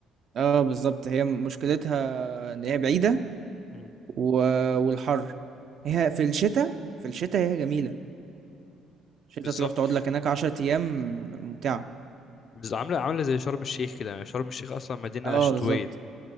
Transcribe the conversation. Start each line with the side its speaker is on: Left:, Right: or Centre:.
Right: اه بالظبط هي مشكلتها ان هي بعيدة
Left: مم.
Right: و... والحر هي في الشتاء في الشتاء هي جميلة الشتاء
Left: بالظبط
Right: تروح تقعد لك هناك عشرة ايام ممتعة
Left: بس عامله عامله زي شرم الشيخ كده يعني شرم الشيخ اصلا مدينه
Right: اه
Left: شتويه
Right: بالظبط